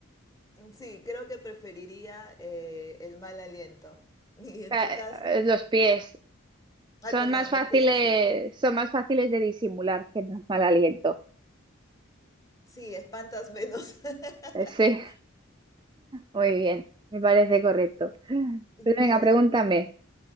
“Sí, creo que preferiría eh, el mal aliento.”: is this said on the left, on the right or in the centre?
Left